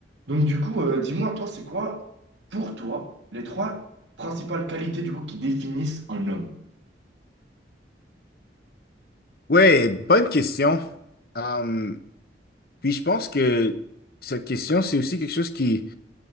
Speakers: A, on the right; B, on the left.
A: Donc du coup, euh, dis-moi, toi, c'est quoi, pour toi, les trois principales qualités du coup qui définissent un homme?
B: Ouais, bonne question. Hum, puis je pense que cette question, c'est aussi quelque chose qui,